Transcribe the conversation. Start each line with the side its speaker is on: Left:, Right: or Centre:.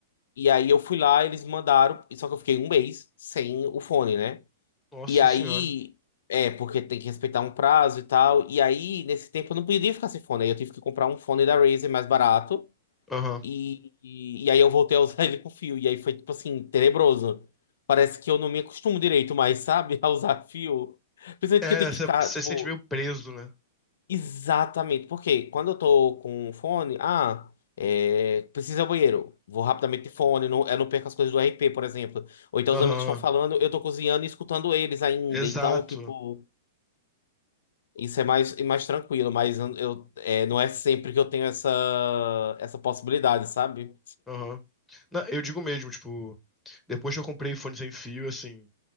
Left: E aí eu fui lá, eles mandaram, e só que eu fiquei um mês sem o fone, né?
Centre: Nossa
Left: E aí,
Centre: senhora.
Left: é, porque tem que respeitar um prazo e tal. E aí, nesse tempo, eu não podia ficar sem fone. Aí eu tive que comprar um fone da Razer mais barato.
Centre: Aham.
Left: E, e, e aí eu voltei a usar <laughs> ele com fio. E aí foi, tipo assim, tenebroso. Parece que eu não me acostumo direito mais, sabe? <laughs> A usar fio. Principalmente
Centre: É,
Left: que eu tenho
Centre: você
Left: que ficar,
Centre: se
Left: tipo,
Centre: sente meio preso, né?
Left: exatamente. Porque quando eu tô com um fone, ah, é, preciso ir ao banheiro. Vou rapidamente de fone, não, eu não perco as coisas do RP, por exemplo. Ou então
Centre: Aham.
Left: os amigos estão falando, eu tô cozinhando e escutando eles ainda.
Centre: Exato.
Left: Então, tipo. Isso é mais, é mais tranquilo, mas eu, eu- é, não é sempre que eu tenho essa, essa possibilidade, sabe?
Centre: Aham. Não, eu digo mesmo, tipo, depois que eu comprei fone sem fio, assim,